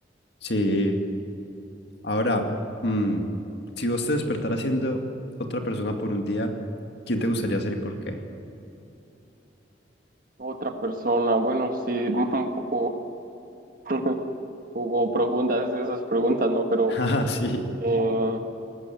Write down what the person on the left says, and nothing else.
Sí. Ahora, mm, si vos te despertaras siendo otra persona por un día, ¿quién te gustaría ser y por qué? <laughs>
Ah, sí.